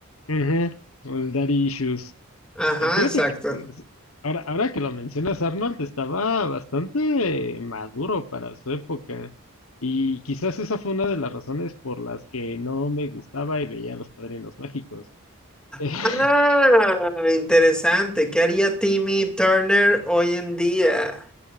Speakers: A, on the left (about 80°); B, in the centre.
A: ujú, el daddy issues.
B: Ajá,
A: Eh, Fíjate
B: exacto.
A: que que es- ahora, ahora que lo mencionas, Arnold estaba bastante maduro para su época. Y quizás esa fue una de las razones por las que no me gustaba y veía a los Padrinos Mágicos. <laughs>
B: Ah, interesante. ¿Qué haría Timmy Turner hoy en día?